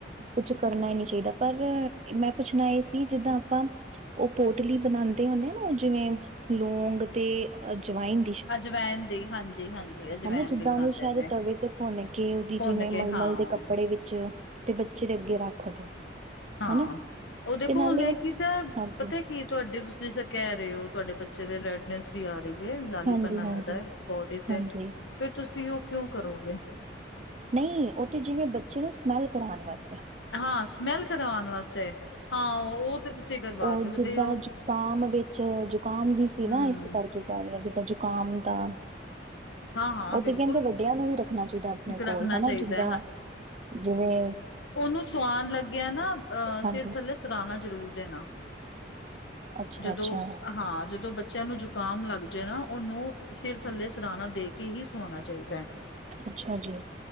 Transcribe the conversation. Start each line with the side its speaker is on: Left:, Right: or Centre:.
Right: ਕੁਛ ਕਰਨਾ ਈ ਨੀ ਚਾਈਦਾ ਪਰ ਮੈਂ ਪੁੱਛਣਾ ਏ ਸੀ ਜਿੱਦਾਂ ਆਪਾਂ ਓ ਪੋਟਲੀ ਬਣਾਦੇ ਹੁੰਦੇ ਆ ਨਾ ਓ ਜਿਵੇਂ ਲੋਂਗ ਤੇ ਅ ਜਵਾਇਨ
Left: ਅਜਵੈਨ ਦੀ ਹਾਂਜੀ-ਹਾਂਜੀ। ਅਜਵੈਨ
Right: ਹਨਾ ਜਿੱਦਾਂ
Left: ਦੀ ਬਣਾਉਂਦੇ
Right: ਉਨੂੰ ਸ਼ਾਇਦ
Left: ਨੇ
Right: ਤਵੇ ਤੇ ਭੁੰਨ ਕੇ ਉਦੀ
Left: ਭੁੰਨ
Right: ਜਿਵੇਂ
Left: ਕੇ
Right: ਮਲਮਲ
Left: ਹਾਂ।
Right: ਦੇ ਕੱਪੜੇ ਵਿੱਚ ਤੇ ਬੱਚੇ ਦੇ ਅੱਗੇ ਰੱਖ ਦੋ।
Left: ਹਾਂ
Right: ਹਨਾ
Left: ਓ ਦੇਖੋ
Right: ਤੇ ਨਾਲੇ
Left: ਹੁਣ ਕੀ ਤਾ
Right: ਹਾਂਜੀ,
Left: ਪਤਾ ਕੀ ਤੁਆਡੇ ਤੁਸੀ ਕੈ ਰਏ ਓ ਤੁਹਾਡੇ ਬੱਚੇ ਦੇ ਰੈਡਨਸ ਵੀ ਆ ਰਈ ਏ ਲਾਲੀਪਨ
Right: ਹਾਂਜੀ,
Left: ਆਇਆ
Right: ਹਾਂਜੀ,
Left: ਦਾ ਐ ਬੋਡੀ 'ਚ
Right: ਹਾਂਜੀ।
Left: ਫਿਰ ਤੁਸੀ ਓ ਕਿਉਂ ਕਰੋਗੇ।
Right: ਨਈ ਓ ਤੇੇ ਜਿਵੇ ਬੱਚੇ ਨੂੰ ਸਮੈਲ ਕਰਾਣ ਵਾਸਤੇ
Left: ਹਾਂ ਸਮੈਲ ਕਰਵਾਉਣ ਵਾਸਤੇ ਹਾਂ ਓ ਤੇ ਤੁਸੀਂ ਕਰਵਾ
Right: ਓ
Left: ਸਕਦੇ
Right: ਜਿੱਦਾਂ
Left: ਹੋ
Right: ਜ਼ੁਕਾਮ ਵਿੱਚ ਜ਼ੁਕਾਮ ਦੀ ਸੀ
Left: ਹਮ
Right: ਨਾ ਇਸ ਕਰਕੇ ਪੈਲਾਂ ਜਿੱਦਾਂ ਜ਼ੁਕਾਮ ਦਾ
Left: ਹਾਂ ਹਾਂ
Right: ਓ
Left: ਬਿਲਕੁਲ
Right: ਤੇ ਕੈਂਦੇ ਵੱਡਿਆਂ ਨੂੰ ਵੀ ਰੱਖਣਾ ਚਾਈਦਾ ਆਪਣੇ ਕੋਲ
Left: ਰੱਖਣਾ
Right: ਹਨਾ
Left: ਚਾਹੀਦਾ
Right: ਜਿੰਦਾ ਜਿਵੇ
Left: ਉਨੂੰ ਸੁਆਨ ਲੱਗਿਆ ਨਾ ਅ
Right: ਹਾਂਜੀ
Left: ਸਿਰ ਥੱਲੇ ਸਰਾਣਾ ਜ਼ਰੂਰ ਦੇਣਾ
Right: ਅੱਛਾ
Left: ਜਦੋਂ
Right: ਅੱਛਾ
Left: ਹਾਂ ਜਦੋਂ ਬੱਚਿਆਂ ਨੂੰ ਜੁ ਜ਼ੁਕਾਮ ਲੱਗ ਨਾ ਉਨੂੰ ਸਿਰ ਥੱਲੇ ਸਰਾਣਾ ਦੇ ਕੇ ਹੀ ਸਵਾਉਣਾ ਚਾਈਦਾ ਐ।
Right: ਅੱਛਾ ਜੀ।